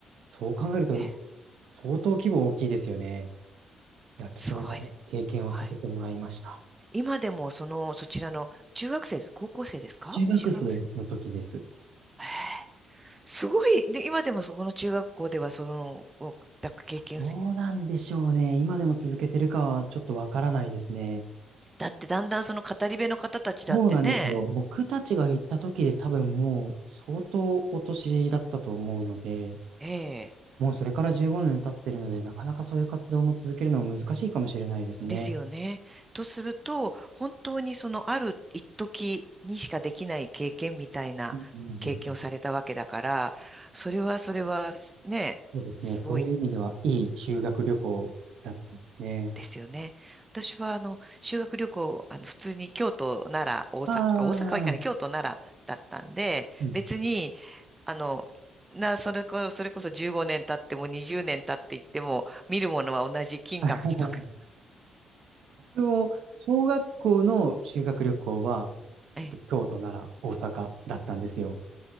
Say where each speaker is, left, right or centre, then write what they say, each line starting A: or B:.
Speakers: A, on the right; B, on the right.
A: そう考えると
B: ええ
A: 相当規模大きいですよね。いや、貴重な経験をさせてもらいました。
B: すごいで。はい。今でも、その、そちらの、中学生です、高校生ですか中学生。
A: 中学生の時です。
B: へえ、すごい。で、今でもそこの中学校では、その、おだ経験す
A: どうなんでしょうね。今でも続けてるかはちょっとわからないですね。
B: だって、だんだんその語り部の方たちだってね、
A: そうなんですよ。僕たちが行った時で多分もう相当お年だったと思うので、
B: ええ、
A: もうそれから15年経ってるので、なかなかそういう活動も続けるのも難しいかもしれないですね。
B: ですよね。とすると、本当にその、ある一時にしかできない経験みたいな経験をされたわけだから、
A: うんうんうん、
B: それは、それは、すね、
A: そうですね。
B: すごい
A: そういう意味では、いい修学旅行だったんですね。
B: ですよね。私はあの修学旅行、あの普通に京都、奈良、大阪、
A: あ
B: 大阪は行かない、
A: あ、
B: 京都、奈良だったんで、
A: うん。
B: 別に、あの、な、それこ、<laughs> それこそ15年経っても20年経っていっても、見るものは同じ金閣寺とか。
A: <laughs>
B: <laughs>
A: 僕も小学校の修学旅行は、えっと、
B: ええ。
A: 京都、奈良、大阪だったんですよ。